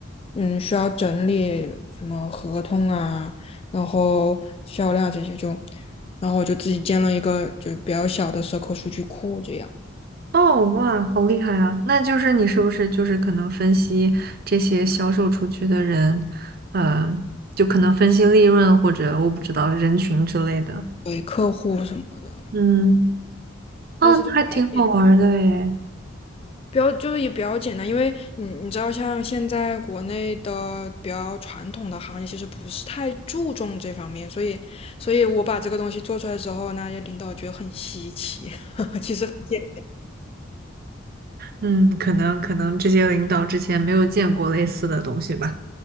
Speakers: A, on the left; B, on the right.
A: 嗯，需要整理什么合同啊，然后销量这些就，然后我就自己建了一个就是比较小的 c i l 数据库，这样
B: 哦，哇，好厉害啊！那就是你是不是就是可能分析这些销售出去的人，呃，就可能分析利润或者我不知道人群之类的。
A: 对客户什么的，
B: 嗯，哦，
A: 但是都了解
B: 那还挺好玩儿的诶。
A: 比较就是也比较简单，因为你你知道，像现在国内的比较传统的行业，其实不是太注重这方面，所以所以我把这个东西做出来之后，那些领导觉得很稀奇，<laughs> 其实很简，
B: 嗯，可能可能这些领导之前没有见过类似的东西吧。